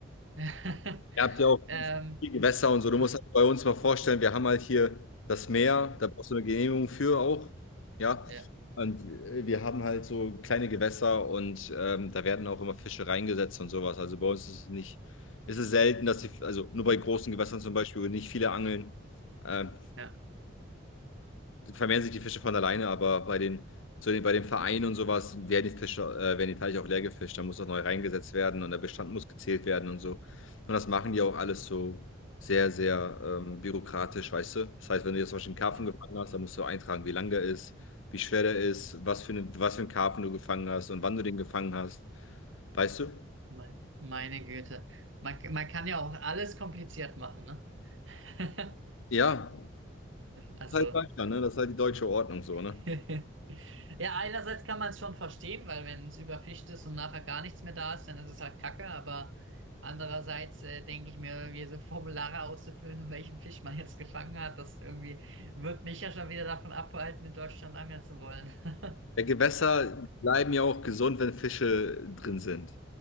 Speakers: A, on the right; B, on the left.
A: <laughs>
B: Ihr habt ja auch
A: Ähm,
B: viel Gewässer und so. Du
A: ja.
B: musst halt bei uns mal vorstellen, wir haben halt hier das Meer, da brauchst du eine Genehmigung für auch. Ja.
A: ja.
B: Und wir haben halt so kleine Gewässer und ähm, da werden auch immer Fische reingesetzt und sowas. Also bei uns ist es nicht, ist es selten, dass die, also nur bei großen Gewässern zum Beispiel, wo nicht viele angeln. Ähm,
A: Ja,
B: vermehren sich die Fische von alleine, aber bei den, zu den, bei den Vereinen und sowas werden die Fische, äh, werden die Teiche auch leer gefischt. Da muss auch neu reingesetzt werden und der Bestand muss gezählt werden und so. Und das machen die auch alles so sehr, sehr ähm, bürokratisch, weißt du? Das heißt, wenn du jetzt zum Beispiel einen Karpfen
A: ja.
B: gefangen hast, dann musst du eintragen, wie lang der ist, wie schwer der ist, was für eine, was für einen Karpfen du gefangen hast und wann du den gefangen hast, weißt du?
A: Mein, meine Güte. Man, man kann ja auch alles kompliziert machen, ne? <laughs>
B: Ja,
A: Also,
B: halt Deutschland, ne? Das ist halt die deutsche Ordnung so, ne?
A: <laughs> ja, einerseits kann man es schon verstehen, weil wenn es überfischt ist und nachher gar nichts mehr da ist, dann ist es halt Kacke, aber andererseits äh, denke ich mir, irgendwie so Formulare auszufüllen, <laughs> um welchen Fisch man jetzt gefangen hat, das irgendwie wird mich ja schon wieder davon abhalten, in Deutschland angeln zu wollen. <laughs>
B: Ja, Gewässer bleiben ja auch gesund, wenn Fische drin sind.